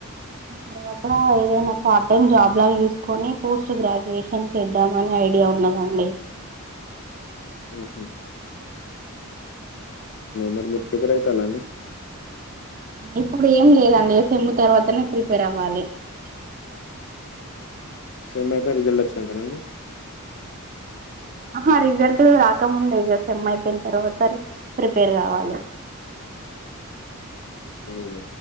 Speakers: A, on the right; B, on the left.
A: తర్వాత ఏదైనా పార్ట్ టైమ్ జాబ్ లాగా చూసుకొని పోస్ట్ గ్రాడ్యుయేషన్ చేద్దామని ఐడియా ఉన్నదండి
B: ఉ మరి మీరు ప్రిపేర్ అయితాల అండి
A: ఇప్పుడు ఏం లేదండి ఇగా సేమ్ము తర్వాతనే ప్రిపేర్ అవ్వాలి
B: సేమ్ అయిపోయి రిజల్ట్ వచ్చినాంక అండి
A: ఆహా రిజల్ట్ రాకముంద ఇక సెమ్ అయిపోయిన తర్వాత ప్రిపేర్ కావాలి
B: అఓహ్